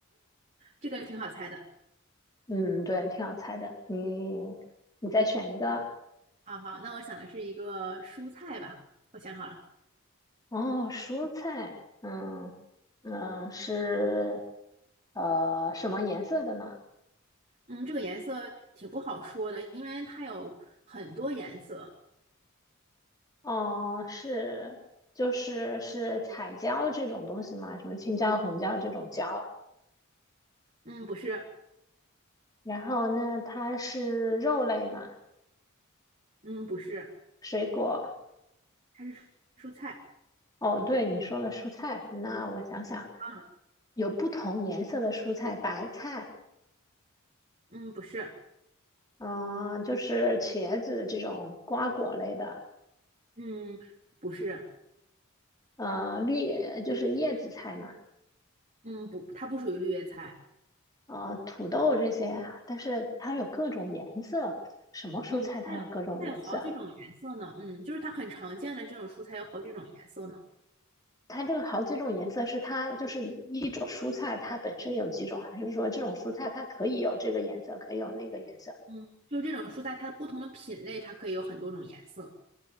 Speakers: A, on the right; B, on the left.
A: 这个挺好猜的。
B: 嗯，对，挺好猜的。你你再选一个，
A: 好好，那我想的是一个蔬菜吧，我想好了。
B: 哦，蔬菜，嗯嗯，是呃什么颜色的呢？
A: 嗯，这个颜色挺不好说的，因为它有很多颜色。
B: 哦，是就是是彩椒这种东西嘛，什么青椒、红椒这种椒？
A: 嗯，不是，
B: 然后那它是肉类嘛，
A: 嗯，不是，
B: 水果。
A: 它是蔬菜。
B: 哦，对，你说了蔬菜，那我想想，
A: 啊，
B: 有不同颜色的蔬菜，白菜，
A: 嗯，不是，
B: 嗯、就是茄子这种瓜果类的，
A: 嗯，不是，
B: 呃，绿就是叶子菜嘛，
A: 嗯，不，它不属于绿叶菜。
B: 呃，土豆这些啊，但是它有各种颜色，什么蔬菜它有各种颜色？
A: 嗯，它有它有好几种颜色呢。嗯，就是它很常见的这种蔬菜有好几种颜色呢。
B: 它这个好几种颜色是它就是一种蔬菜它本身有几种，还是说这种蔬菜它可以有这个颜色，可以有那个颜色？
A: 嗯，就是这种蔬菜，它不同的品类，它可以有很多种颜色。